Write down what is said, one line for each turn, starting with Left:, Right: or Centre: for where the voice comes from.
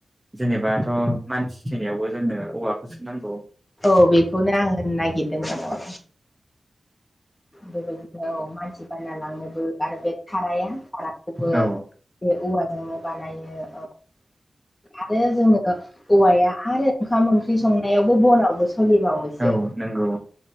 Right: जेनेबाथ' मानसि थैनायावबो जोंनो औवाखौ सो नांगौ।
Left: औ बेखौनो आं होननो नागिरदों मोन। बेबायदिनो औ मानसि बानना लांनोबो आरो बे धाराया दाराखौबो।
Right: औ
Left: बे औवाजोंनो बानायो औ आरो जोङो औवाया आरो ओंखाम ओंख्रि संनायावबो बनावबो सोलिबावोसो।
Right: औ नंगौ